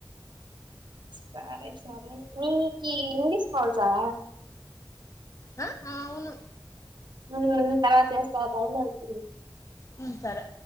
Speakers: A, on the right; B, on the left.
A: సరే సరే నికి ఇంగ్లీష్ కాల్స్ ఆ
B: ఆ అవును
A: హ్మ్ హ్మ్ తర్వాత చేస్తా టైం అయితుం
B: హ్మ్ సరే